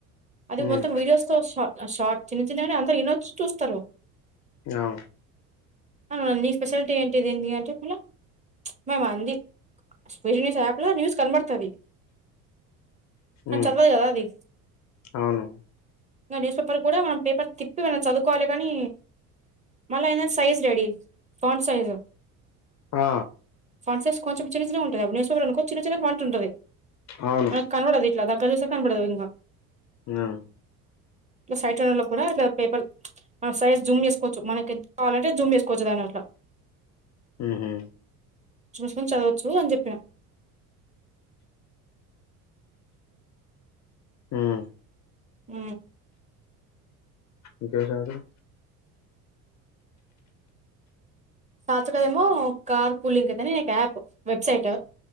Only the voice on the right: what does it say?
అది
మొత్తం వీడియోస్ తో ష షార్ట్ చిన్న చిన్నగనే అందరు వినొచ్చు చూస్తారు
అని అంది. నీ స్పెషాలిటీ ఏంటిది. అంటే మళ్ళా మేడం అంది స్పెషల్ న్యూస్ యాప్ లో న్యూస్ కనబడుతది కానీ
చదవదు కదా అది.
ఇంకా న్యూస్ పేపర్ కూడా మనం పేపర్ తిప్పి మనం చదువుకోవాలి. కానీ మళ్ళీ అయిన సైజు రెడీ ఫాంట్ సైజు.
స్పాన్సర్స్ కొంచెం చిన్న చిన్నగా ఉంటది. న్యూస్ పేపర్ అనుకో చిన్న చిన్న ఫాంట్ ఉంటది
మనకు కనపడదు. ఇట్లా దగ్గర చూస్తే కనపడదు. ఇంగా
ఇట్లా సైట్ ఉన్నోళకు కూడ పేపర్ సైజ్ జూమ్ చేసుకోవచ్చు మనకు ఎంత కావాలంటే జూమ్ చేసుకోవచ్చు దాన్ని అట్లా
అట్లా చదవచ్చు అని చెప్పిన
ఉ
సాత్వికది ఏమో కార్ పూలింగ్ అయితనే ఒక యాప్ వెబ్సైట్